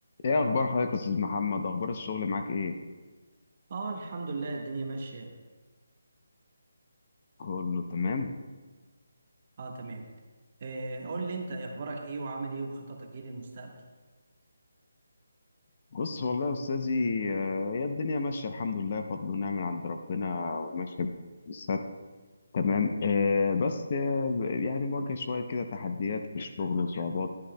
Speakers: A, on the left; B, on the right.
A: ايه اخبار حضرتك يا استاذ محمد اخبار الشغل معاك ايه
B: اه الحمد لله الدنيا ماشية
A: كله تمام
B: اه تمام آه قول لي انت إيه اخبارك ايه وعامل ايه وخططك ايه للمستقبل
A: بص والله يا استاذي آه، هي الدنيا ماشيه الحمد لله فضل ونعم من عند ربنا وماشيه بالستر تمام آه، بس آه، يعني مواجه شويه كده تحديات في الشغل وصعوبات